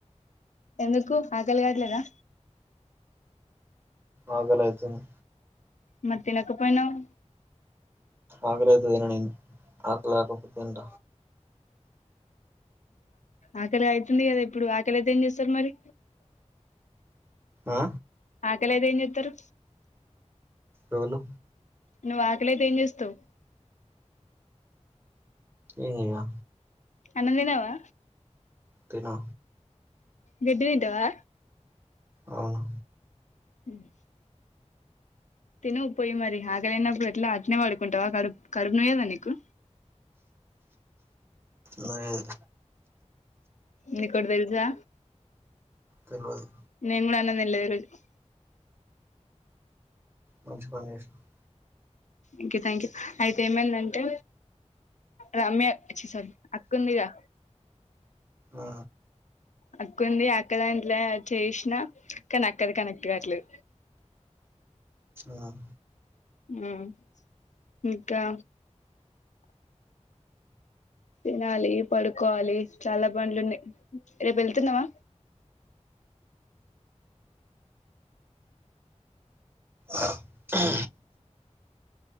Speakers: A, on the left (about 80°); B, on the right (about 20°).
A: ఎందుకు ఆకలి కాట్లేదా
B: ఆకలి అయితుంది
A: మరి తినకపోయినవ్
B: ఆకలైతే తినండి ఆకలి లేకపోతే తింట
A: ఆక్కడ అవుతుంది కదా ఇప్పుడు ఆకలయితే ఏం చేస్తారు మరి
B: ఆ
A: ఆకలైతే ఏం చేత్తారు
B: అవును
A: నువ్వు ఆకలైతే ఏం చేస్తావ్
B: ఏం చెయ్యా
A: అన్నం తిన్నావా
B: తానా
A: గడ్డి తింటావా
B: అవును
A: హుమ్ తిను పోయి మరి ఆకలైనప్పుడు ఎట్లా అట్నే పడుకుంటావా కరు కరుపు నొయ్యదా నీకు
B: లేదు
A: నీకొకటి తెల్సా
B: తెల్వదు
A: నేన్ కూడా అన్నం <unintelligible>
B: మంచి పని చేషినవ్
A: థాంక్యు థాంక్యు హా అయితే ఏమైందంటే రమ్య చ్చిచ్చీ అక్కుందిగా
B: ఆ
A: అక్కుంది అక్క దాంట్లో యాడ్ చేషినా కానీ అక్కది కనెక్ట్ కాదుట్లే
B: మ్మ్
A: మ్ ఇంకా తినాలి పడుకోవాలి చాలా బండ్లు ఉన్నాయి రేపు వెళ్తున్నావా
B: ఆ మ్